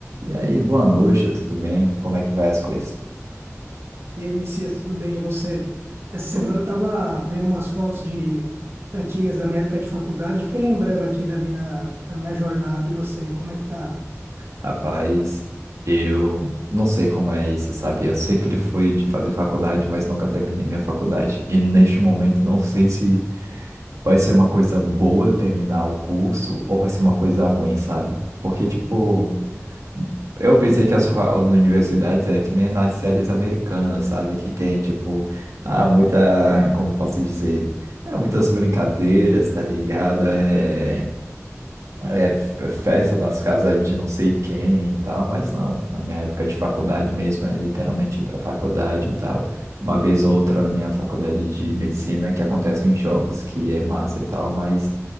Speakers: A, on the right (about 80°); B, on the right (about 55°).
A: E aí, boa noite, tudo bem? Como é que vai as coisas?
B: E aí, Messias, tudo bem? E você? Essa semana
A: Tô-
B: eu tava vendo umas fotos de antigas da minha época de faculdade, fiquei lembrando aqui da minha, da minha jornada. E você, como é que tá?
A: Rapaz, eu não sei como é isso, sabe? Eu sempre fui de fazer faculdade, mas nunca terminei minha faculdade. E neste momento, não sei se vai ser uma coisa boa eu terminar o curso ou vai ser uma coisa ruim, sabe? Porque, tipo, eu pensei que as fa- as universidades é que nem nas séries americanas, sabe? Que tem, tipo, ah, muita, como posso dizer? É, muitas brincadeiras, tá ligado? É. é, f- festa nas casas de não sei quem e tal, mas não. Na minha época de faculdade mesmo, é literalmente ir pra faculdade e tal. Uma vez ou outra na minha faculdade de medicina que acontecem jogos que é massa e tal, mas